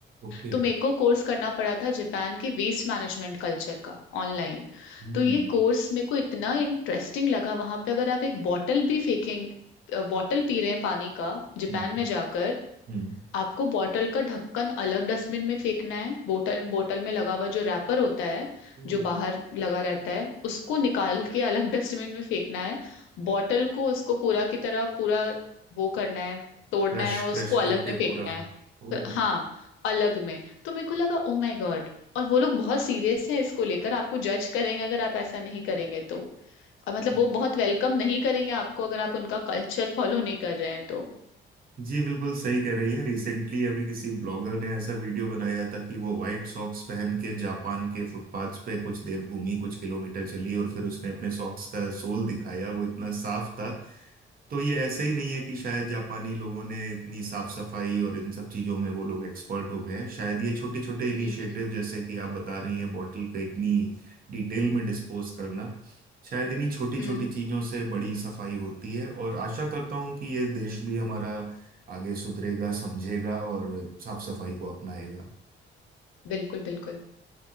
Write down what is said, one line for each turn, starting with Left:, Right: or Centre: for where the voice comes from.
Right: ओके
Left: तो मेरे को कोर्स करना पड़ा था जापान के वेस्ट मैनेजमेंट कल्चर का ऑनलाइन
Right: हम्म
Left: तो ये कोर्स मेरे को इतना इंटरेस्टिंग लगा वहां पे अगर आप एक बॉटल भी फेंकेंगे बॉटल पी रहे हैं पानी का जापान
Right: हम्म
Left: में जाकर
Right: हम्म
Left: आपको बॉटल का ढक्कन अलग डस्टबिन में फेंकना है बोतल बोतल में लगा हुआ जो रैपर होता है
Right: ओ
Left: जो बाहर लगा रहता है उसको निकाल के अलग <laughs> डस्टबिन में फेंकना है बॉटल को उसको पूरा की तरह पूरा वो करना है तोड़ना
Right: क्रश
Left: है और
Right: क्रश
Left: उसको अलग
Right: करके
Left: में फेंकना
Right: पूरा
Left: है
Right: ओ
Left: फिर- हाँ अलग में तो मेरे को लगा ओ माय गॉड और वो लोग बहुत सीरियस हैं इसको लेकर आपको जज करेंगे अगर आप ऐसा नहीं करेंगे तो और मतलब
Right: <laughs>
Left: वो बहुत वेलकम नहीं करेंगे आपको अगर आप उनका कल्चर फॉलो नहीं कर रहे हैं तो
Right: जी बिल्कुल सही कह रही है रिसेंटली अभी किसी ब्लॉगर ने ऐसा वीडियो बनाया था कि वो व्हाइट सॉक्स पहन के जापान के फुटपाथ्स पे कुछ देर घूमी कुछ किलोमीटर चली और फिर उसने अपने सॉक्स का सोल दिखाया वो इतना साफ था तो ये ऐसे ही नहीं है कि शायद जापानी लोगों ने इतनी साफ सफाई और इन सब चीजों में वो लोग एक्सपर्ट हो गए हैं शायद ये छोटे छोटे इनिशिएटिव
Left: हम्म हम्म
Right: जैसे कि आप बता रही हैं बॉटल का इतनी डिटेल में डिस्पोज करना शायद इन्हीं छोटी छोटी
Left: हम्म, हम्म।
Right: चीजों से बड़ी सफाई होती है और आशा करता हूं कि ये देश भी हमारा आगे सुधरेगा समझेगा और साफ सफाई को अपनाएगा
Left: बिल्कुल बिल्कुल